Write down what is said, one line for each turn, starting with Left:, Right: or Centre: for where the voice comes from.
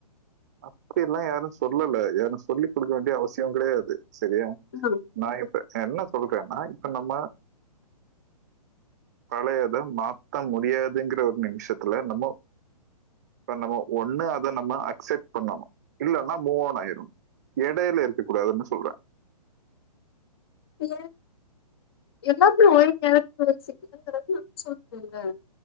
Right: அப்டியெல்லா யாரு சொல்லல யாரு சொல்லிக் குடுக்க வேண்டிய அவசியஸ் தியோ கெடையாது சரியா
Left: ம்
Right: நா இப்ப என்ன சொல்றனா இப்ப நம்ம பழையத மாத்த முடியாதுங்கிற ஒரு நிமிஷத்துல நம்மோ இப்ப நம்ம ஒண்ணு அத நம்ம அக்செட் பண்ணணு இல்லன்னா மூவோன் ஆயிரு எடையில இருக்க கூடாதுன்னு சொல்ற
Left: ஏன் எல்லாருமே ஒரு நேரத்து போய் சிக்கதுங்கறது சொல் போவல்ல